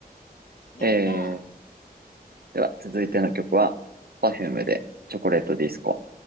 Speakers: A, on the left; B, on the right.
A: やったー。
B: えー、では続いての曲は、Perfume でチョコレートディスコ。